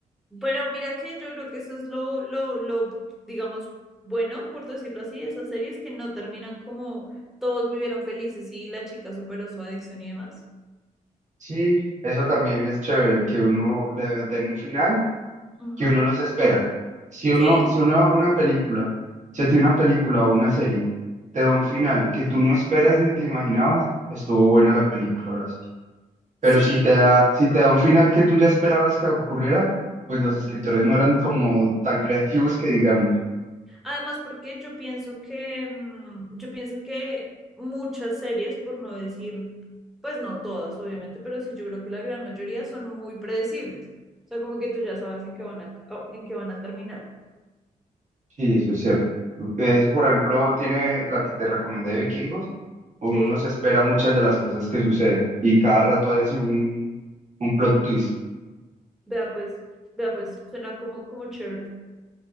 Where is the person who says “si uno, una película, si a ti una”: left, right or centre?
Right